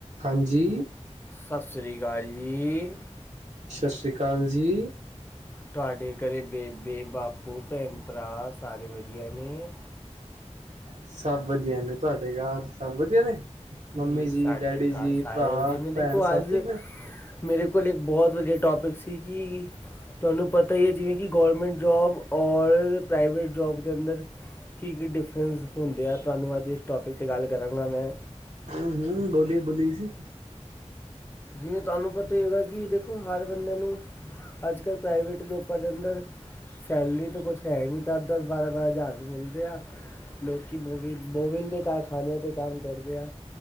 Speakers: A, on the right; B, on the left.
A: ਹਾਂਜੀ
B: ਸੱਸਰੀ ਕਾਲ ਜੀ।
A: ਛੱਸਰੀ ਕਾਲ ਜੀ।
B: ਤੁਹਾਡੇ ਘਰੇ ਬੇਬੇ-ਬਾਪੂ ਭੈਣ-ਭਰਾ ਸਾਰੇ ਵਧੀਆ ਨੇ।
A: ਸਭ ਵਧੀਆ ਨੇ ਤੁਹਾਡੇ ਗਾਰ ਸਭ ਵਧੀਆ ਨੇ। ਮੰਮੀ
B: ਜੀ ਸਾਡੇ
A: ਡੈਡੀ ਜੀ,
B: ਘਰ
A: ਭਰਾ,
B: ਸਾਰੇ ਵਧੀਆ ਨੇ ਦੇਖੋ
A: ਭੈਣ ਸਭ
B: ਅੱਜ
A: ਠੀਕ ਨੇ?
B: ਮੇਰੇ ਕੋਲ ਇੱਕ ਬੋਤ ਵਧੀਆ ਟੋਪਿਕ ਸੀ ਕਿ ਤੁਆਨੂੰ ਪਤਾ ਐ ਜਿਵੇਂ ਕਿ ਗੌਰਮੈਂਟ ਜੋਬ ਔਰ ਪ੍ਰਾਈਵੇਟ ਜੋਬ ਦੇ ਅੰਦਰ ਕੀ-ਕੀ ਡਿਫਰੈਂਸ ਹੁੰਦੇ ਆ ਤੁਆਨੂੰ ਅੱਜ ਇਸ ਟੋਪਿਕ ਤੇ ਗੱਲ ਕਰਾਂਗਾ ਮੈਂ
A: ਹੂੰ-ਹੂੰ ਬੋਲੀਏ-ਬੋਲੀਏ ਸੀ।
B: ਜਿਵੇਂ ਤੁਆਨੂੰ ਪਤਾ ਈ ਹੋਗਾ ਕਿ ਦੇਖੋ ਹਰ ਬੰਦੇ ਨੂੰ ਅੱਜ-ਕੱਲ੍ਹ ਪ੍ਰਾਈਵੇਟ ਜੋਪਾਂ ਦੇ ਅੰਦਰ ਸੈਲਰੀ ਤਾਂ ਕੁਛ ਹੈ ਨੀ ਦਸ-ਦਸ ਬਾਰਾਂ-ਬਾਰਾਂ ਹਜ਼ਾਰ ਮਿਲਦੇ ਆ। ਲੋਕ ਮੋਵ ਮੋਵਿਲ ਦੇ ਕਾਰਖਾਨਿਆਂ ਤੇ ਕੰਮ ਕਰਦੇ ਆ